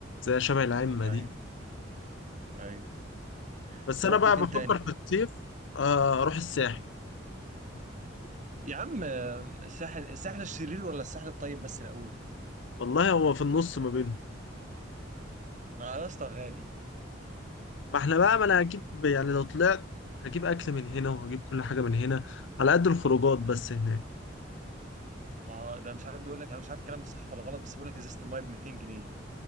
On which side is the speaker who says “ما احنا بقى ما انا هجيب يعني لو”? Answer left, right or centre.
Left